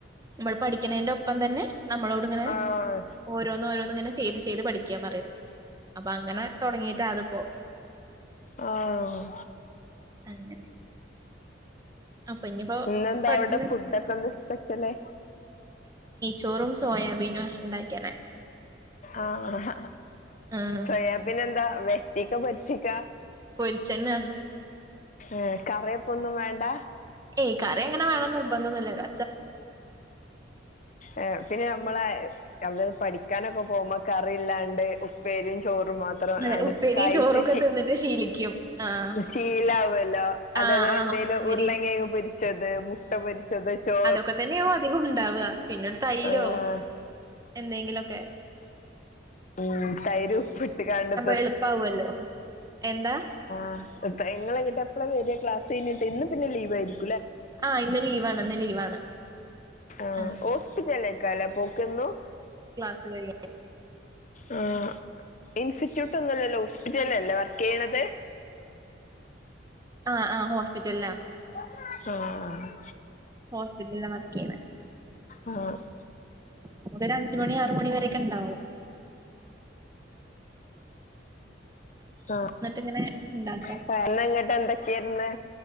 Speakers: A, on the right (about 20°); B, on the left (about 40°).
A: നമ്മള് പഠിക്കണേന്റ ഒപ്പം തന്നെ നമ്മളോട് ഇങ്ങനെ
B: ആഹ്
A: ഓരോന്നു ഓരോന്നു ഇങ്ങനെ ചെയ്ത് ചെയ് ഇത് പഠിക്കാൻ പറയും അപ്പ അങ്ങനെ തെടങ്ങിട്ട് അതിപ്പോ
B: ആ <inaudible>
A: അങ്ങനെ അപ്പൊ ഇനിയിപ്പോ
B: ഇന്നെന്താ
A: പഠന
B: അവിടെ ഫുഡൊക്കെ എന്താ സ്പെഷ്യല്
A: ചോറും സോയാബീനും ഉണ്ടാക്കിണേ
B: ആ ഹഹ അഹ
A: ഉം
B: സോയാബീൻ എന്താ വെട്ടിക്ക് പൊരിച്ചിക്ക
A: വെളിച്ചെണ്ണ
B: ഉം കറിയപ്പംഒന്നും വേണ്ട
A: ഏയ് കറി അങ്ങനെ വേണെം എന്ന് നിർബന്ധമൊന്നുല്ലല്ലോ
B: ഏ പിന്നെ നമ്മളെ അവിടെ പഠിക്കാനൊക്കെ പോകുമ്പോ കറി ഇല്ലാണ്ട് ഉപ്പേരിം ചോറ് മാത്രം
A: അതെ.
B: ആട്ട്
A: ഉപ്പേരിയും
B: കഴിച്ച്
A: ചോറൊക്കെ തിന്നിട്ട് ശീലിക്കും. ആഹ്.
B: ശീലാവുമല്ലേ. അതായത്
A: ആഹ്, ആഹ്.
B: എന്തേലും
A: ഉപ്പേരിയും
B: ഉരുളൻകിഴങ്ങ് പൊരിച്ചത് മുട്ട പൊരിച്ചത് ചോ
A: ഒക്കെ തന്നെയാവും അധികം ഉണ്ടാവുക പിന്നെരു തൈരോ
B: ആഹ്
A: എന്തെങ്കിലും ഒക്കെ
B: ഉം തൈര് ഉപ്പിട്ട്ക്കാണ്ട്
A: എളുപ്പാവല്ലോ എന്താ
B: ആ ഇങ്ങൾ എങട്ട് എപ്പഴാ വരിക ക്ലാസ്സ്‌ കഴിഞ്ഞിട്ട് ഇന്ന് പിന്നെ ലീവാ യിരിക്കും
A: ആ ഇന്ന് ലീവ് ലീവാണ് ഇന്ന് ലീവാണ്
B: ആ
A: ആഹ്.
B: ഹോസ്പിറ്റലേക്കാല്ലേ പോക്കെന്നും
A: <unintelligible> സെട
B: ആ ഇൻസ്റ്റിറ്റ്യൂട്ട് ഒന്നുല്ലല്ലോ ഹോസ്പിറ്റലല്ലേ അല്ലേ വർക്ക് ചെയ്യണത്
A: ആ ആ ഹോസ്പിറ്റലിലാ
B: <unintelligible> ആ
A: ഹോസ്പിറ്റലിലഃവർക്ക്ചെയ്യണേ
B: ആഹ്
A: <unintelligible> എ മണി വരക്കെണ്ടാവോ
B: ആ
A: ഇങ്ങനെ ഉണ്ടാക്കാ.
B: <unintelligible> ഇങ്ങട്ട് എന്തൊക്കെ ആയിരുന്നു